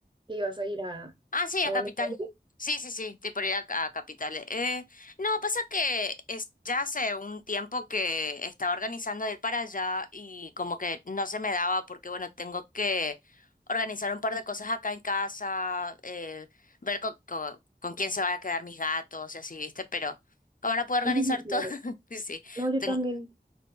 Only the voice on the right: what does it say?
que ibas a ir a,
a
Buenos
Aires?
<laughs>
Claro.
No, yo
también